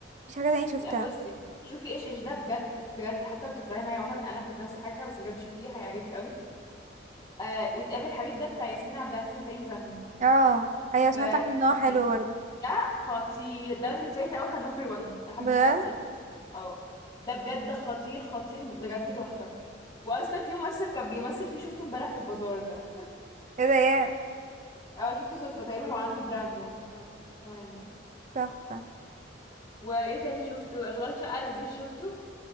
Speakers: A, on the right; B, on the left.
A: مش حاجه تانية شفتها
B: لا بصي شوفي ايش ايش ده بجد بجد حتى بتكرهي مي عمر انا كنت نفس الحاجة بس بجد شوفيه هيعجبك قوي آه وتقابل حبيب ده بتاع ياسمين عبد العزيز وكريم فهمي
A: اه ايوه سمعت
B: ف-
A: عنه ان هو حلو
B: سليم
A: برضه
B: ده خطير ده بالنسبة لي في الأول كان نمبر 1 لحد
A: بجد
B: ما خلاص إيش إيش. اه ده بجد خطير خطير بجد تحفة واصلا في ممثل كان بيمثل فيه شفته امبارح في البازار ده
A: ايه ده يا
B: اه شفته صدفة تقريبا هو عنده براند يعني ف تمام يعني
A: تحفه
B: وايه تاني شفته اشغال شقة لذيذ شفته